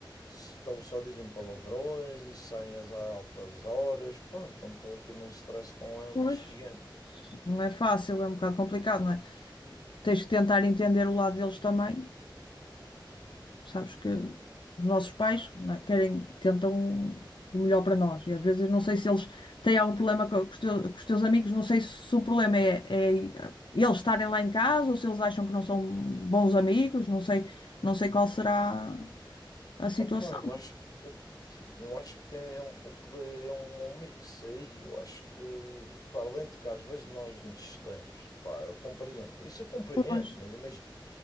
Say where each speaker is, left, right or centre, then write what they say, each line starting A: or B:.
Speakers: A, on the left (about 45°); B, on the left (about 70°).
A: estão só dizem palavrões e saem às altas horas. Pá, então estou aqui num stress com eles
B: Pois.
A: gigante.
B: Não é fácil, é um bocado complicado, não é? Tens que tentar entender o lado deles também. Sabes que os nossos pais, não é, querem, tentam o melhor para nós. E às vezes não sei se eles têm algum problema co- com, os teu- com os teus amigos, não sei se o problema é, é eles estarem lá em casa ou se eles acham que não são bons amigos, não sei, não sei qual será a situação.
A: Opa, eu acho, eu acho que tem, é um pouco de, é um, um mix aí. Eu acho que, para além de que às vezes nós nos cedemos, pá, eu compreendo. Isso eu compreendo,
B: Pois,
A: mas imagina.